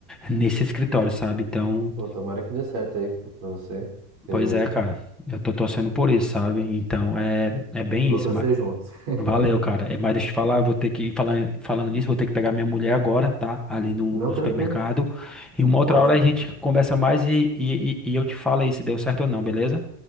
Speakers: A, in the centre; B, on the right.
A: nesse escritório, sabe? Então,
B: Pô, tomara que dê certo aí pra você. E
A: pois é, cara, eu tô torcendo por isso, sabe? Então, é, é bem
B: Vou
A: isso,
B: torcer junto. <laughs>
A: Valeu, cara. É, mas deixa eu te falar, eu vou ter que falar, falando nisso, vou ter que pegar minha mulher agora, tá? Ali no,
B: Não,
A: no
B: tranquilo,
A: supermercado. E uma outra
B: ótimo.
A: hora a gente conversa mais e, e, e e eu te falo aí se deu certo ou não, beleza?